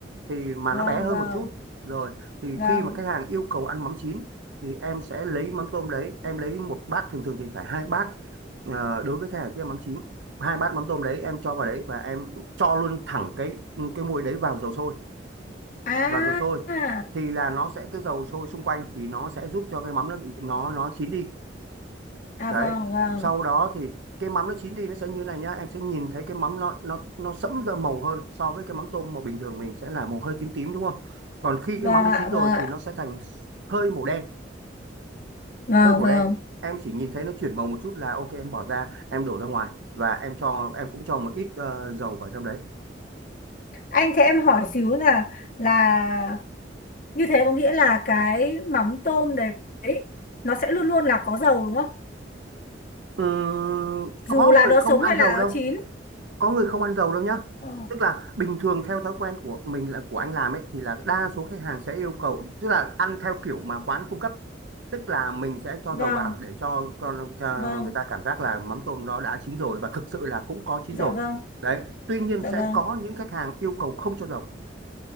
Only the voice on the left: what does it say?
vâng
vâng
vâng
à
à
à,
vâng vâng
vâng
ạ
vâng ạ
vâng
vâng
anh thế em hỏi xíu là là Như thế có nghĩa là cái mắm tôm đấy nó sẽ luôn luôn là có dầu đúng không?
Dù là
nó
sống
hay
là
nó chín.
Ờ,
vâng,
vâng,
dạ
vâng,
dạ
vâng.